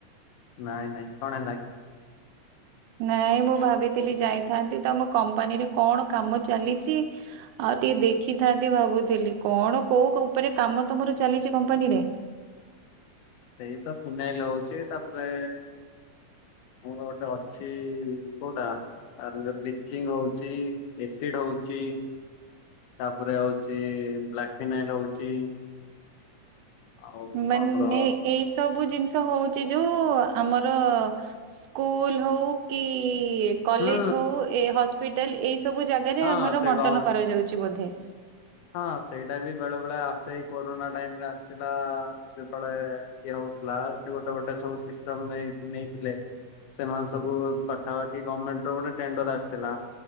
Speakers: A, on the left; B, on the right.
A: ନାଇଁ ନାଇଁ କଣ ହେଲା କି?
B: ନାଇଁ ମୁଁ ଭାବିଥିଲି ଯାଇଥାନ୍ତି। ତୋମ କମ୍ପାନୀରେ କଣ କାମ ଚାଲିଛି ଆଉ ଟିକେ ଦେଖିଥାନ୍ତି ଭାବୁଥିଲି। କଣ କୋଉ କ-ଉପରେ କାମ ତୋମର ଚାଲିଛି କମ୍ପାନୀରେ?
A: ସେଇ ତ ଫିନାଇଲ ହଉଛି। ତାପରେ ଆମର ଗୋଟେ ଅଛି କୋଉଟା ଆରୁ ଆ ବ୍ଲିଚିଙ୍ଗ ହଉଛି। ଏସିଡ ହଉଛି। ତାପରେ ହଉଛି ବ୍ଲାକ୍ ଫିନାଇଲ୍ ହଉଛି। ଆଉ
B: ମାନେ
A: ଆମର
B: ଏଇ ସବୁ ଜିନିଷ ହଉଚି ଯୋଉ ଆମର ସ୍କୁଲ୍ ହଉ କି ଇଏ କଲେଜ୍
A: ହୁଁ
B: ହଉ ଏ ହସ୍ପିଟାଲ୍ ଏଇ ସବୁ ଜାଗାରେ
A: ହଁ
B: ଆମର
A: ସେ
B: ବଣ୍ଟନ
A: ଗ
B: କରାଯାଉଛି ବୋଧେ।
A: ହଁ ସେଇଟା ବି ବେଳେ ବେଳେ ଆସେ ଏଇ କୋରୋନା ଟାଇମ୍ ରେ ଆସିଥିଲା। ଯେତେବେଳେ ଇଏ ହଉଥୁଲା ସେ ଗୋଟେ ଗୋଟେ ସବୁ ସିଷ୍ଟମ ନେଇ ନେଇଥିଲେ। ସେମାନେ ସବୁ ପାଖାପାଖି ଗମେଣ୍ଟ ର ଗୋଟେ ଟେଣ୍ଡର୍ ଆସିଥିଲା।